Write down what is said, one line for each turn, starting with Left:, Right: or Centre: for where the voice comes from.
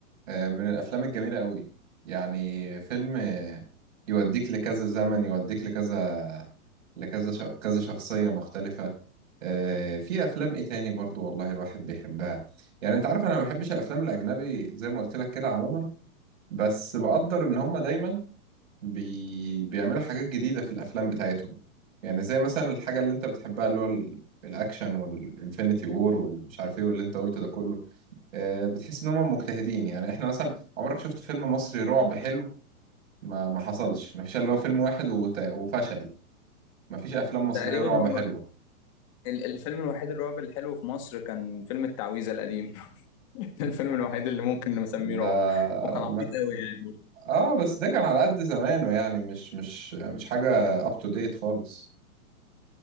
Right: آه، من الافلام الجميله قوي يعني فيلم آه، يوديك لكذا زمن يوديك لكذا لكذا ش... كذا شخصيه مختلفه آه، في افلام ايه تاني برضو والله الواحد بيحبها يعني انت عارف انا ما بحبش الافلام الاجنبي زي ما قلت لك كده عموما بس بقدر ان هم دايما بي... بيعملوا حاجات جديدة في الأفلام بتاعتهم يعني زي مثلا الحاجة اللي أنت بتحبها اللي هو ال- الأكشن والإنفينيتي وور والمش عارف إيه واللي أنت قلته ده كله آه، بتحس إن هم مجتهدين يعني إحنا مثلا عمرك شفت فيلم مصري رعب حلو ما ما حصلش ما فيش إلا هو فيلم واحد وت... وفشل ما فيش أفلام مصرية
Left: تقريبا
Right: رعب
Left: هو
Right: حلوة
Left: ال- الفيلم الوحيد الرعب الحلو في مصر كان فيلم التعويذة القديم <laughs> ده الفيلم الوحيد اللي ممكن نسميه
Right: ده
Left: رعب وكان
Right: ما...
Left: عبيط قوي يعني برضه.
Right: آه بس ده كان على قد زمانه يعني مش مش مش حاجة up to date خالص